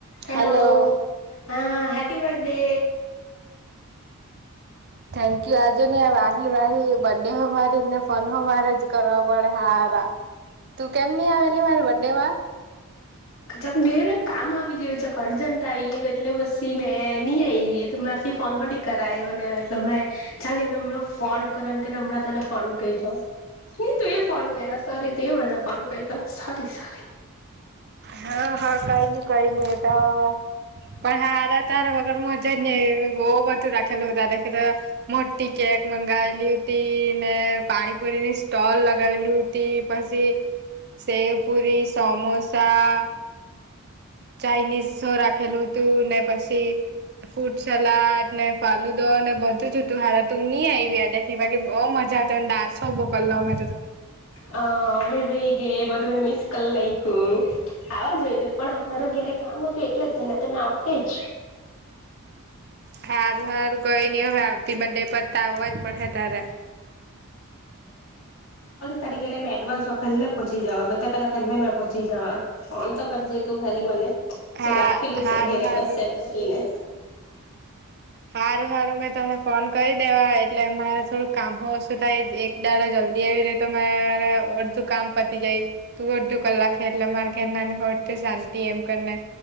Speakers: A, on the left; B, on the right.
A: Hello
B: hello.
A: હા, happy birthday.
B: Thank you, આજુ ને વાહી વાહી બર્થડે હો. મારીને ફોન હો મારે જ કરવા પડે, હારા. તું કેમની આવેલી મારી બર્થડે માં?
A: ચક, ઘેર એક કામ આવી ગયેલું. ચક, અર્જન્ટ આવી ગયેલું એટલે પછી મેં નહીં આવી મારે. પછી ફોન કરાવ્યો ને, એટલે હમણાં ચાલી. એ, હમણાં ફોન કરો એમ કેને, હમણાં તને ફોન કર્યો. નહીં, તું એ ફોન કર્યો. સોરી, તું એ મને ફોન કર્યો. Sorry, sorry.
B: હા, હા, કંઈ નહીં કઈની એ તો. પણ હારા, તાર વગર મજા જ નઈ. બહુ બધું રાાખેલું દાદાખી, તો મોટી કેક. કંઈ મગાવેલી હતી ને? પાણીપુરીની સ્ટોલ લગાવેલી હતી પછી. સેવ પુરી, સમોસા. ચાઇનીઝ રાખેલું તું ને, પછી ફૂડ સલાડ. ને ફાલુદો ને બધું જ હતું હારા. તું નહી આવી દેખ, બાકી. બહુ મજા આવેલી ને. ડાન્સ બહુ કરેલો અમે તો.
A: હ મેં રેહ ગઈ, એ બધું મેં મિસ કરી નાખ્યું. આવા જોતો હતો, પણ હારુ. વગેરે કામ હતું એટલે તો ને, તમે આવતે જ.
B: હારું હારું, કંઈ ની હવે. બથડે પર તો આવવા જ પડે હે ત્યારે.
A: તરીકે મે એડવાન્સમાં પહેલે પહોંચી જવા, બધા કરતાં પહેલે મેં પહોચી જવા. ફોન તો કરીજે તું, ખાલી મને.
B: હા
A: એ રાખેલું
B: હારું
A: છે ઘેરે,
B: હારું
A: બસ એમ કરીને.
B: હારું હારું મેં તને ફોન કરી દેવા, એટલે મારે થોડુંક કામ હો ઓછું થાય. એક દાડા જલ્દી આવી રહે તો મારે. અડધું કામ પતી જાય, તું અડધું કલાક એટલા મારે ઘણું ઓછુ શાંતિ એમ કરી ના.